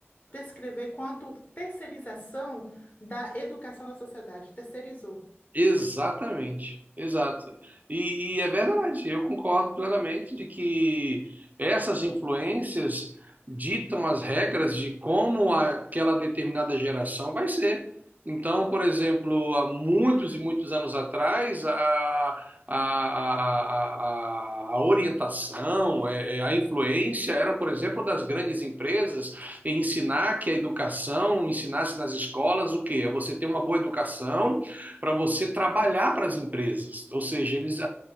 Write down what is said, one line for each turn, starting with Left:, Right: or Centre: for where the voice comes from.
Left: descrever quanto terceirização da educação da sociedade, terceirizou.
Right: Exatamente, exato. E, e é verdade, eu concordo plenamente de que essas influências ditam as regras de como aquela determinada geração vai ser. Então, por exemplo, há muitos e muitos anos atrás, a, a, a, a, a orientação, é, é, a influência eram, por exemplo, das grandes empresas em ensinar que a educação, ensinasse nas escolas o quê? É você ter uma boa educação para você trabalhar para as empresas. Ou seja, eles,